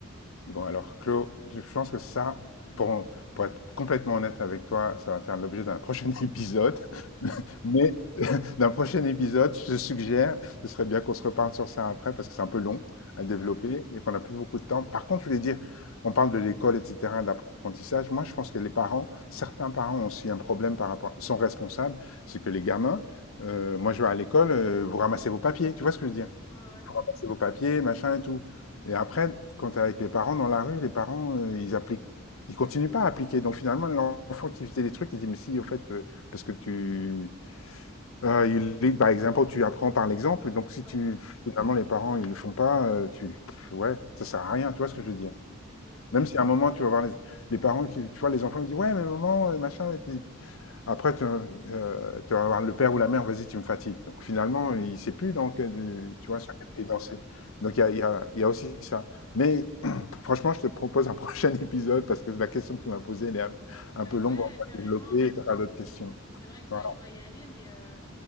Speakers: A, on the left (about 75°); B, on the left (about 20°).
A: Bon, alors, Claude, je pense que ça, pour, pour être complètement honnête avec toi, ça va faire l'objet d'un prochain <laughs> épisode. Mais d'un prochain épisode. Je suggère, ce serait bien qu'on se reparle sur ça après parce que c'est un peu long à développer
B: Ouais,
A: et qu'on n'a plus beaucoup de temps. Par contre, je voulais dire, on parle de l'école, etc., d'apprentissage. Moi, je pense que les parents, certains parents ont aussi un problème par rapport, sont responsables, c'est que les gamins, euh, moi, je vais à l'école, euh, vous ramassez vos papiers, tu vois ce que je veux dire?
B: ouais, ouais,
A: Vous ramassez vos papiers, machin et tout. Et après, quand t'es avec les parents dans la rue, les parents, euh, ils appliquent, ils continuent pas à appliquer. Donc finalement, l'enfant qui faisait les trucs, il dit, mais si, au fait, euh, parce que tu, Heu, you lead by example, tu apprends par l'exemple et donc si
B: ouais.
A: tu finalement les parents, ils le font pas, heu, tu pff, ouais, ça sert à rien, tu vois ce que je veux dire?
B: Mm.
A: Même si à un moment tu vas voir les les parents qui tu vois les enfants, ils disent: «Ouais mais maman, heu, machin» et puis après tu heu, tu vas voir le père ou la mère: «Vas-y tu me fatigues». Donc finalement, il sait plus dans quel du
B: Mm.
A: tu vois, sur quel pied danser. Donc il y a il y a il y a aussi ça. Mais <clears throat> franchement, je te propose un <laughs> prochain épisode parce que la question que tu m'as posée, elle est un un
B: Bah
A: peu longue,
B: ouais,
A: on va
B: carrément.
A: développer et tu auras d'autres questions.
B: C'est vrai que
A: Voilà.
B: là, je dois y aller, mais euh,